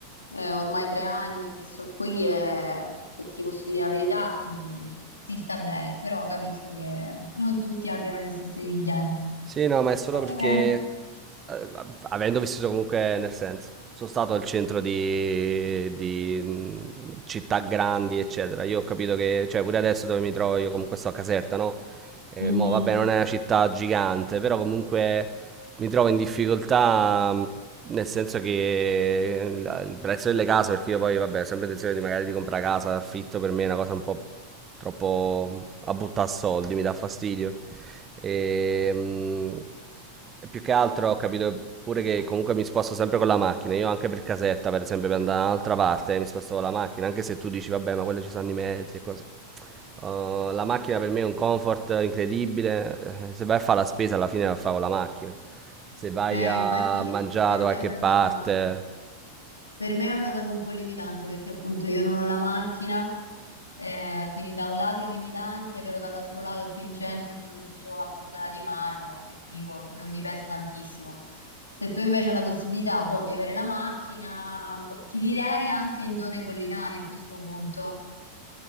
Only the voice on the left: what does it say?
Eh, ormai tre anni che sono qui e se ti posso dire la verità, mm, si sta bene, però capisco che non tutti abbiano le stesse esigenze.
Eh,
mhm.
Eh,
infatti
questa
è una
cosa. Per me è una cosa un po' limitante perché appunto io non ho la macchina, eh, quindi da un lato è limitante, però dall'altro lato qui in centro ho proprio tutto a portata di mano e ti dico, non mi pesa tantissimo. Se tu invece hai la possibilità, boh, di avere la macchina, boh, ti direi anche in zone collinari a questo punto,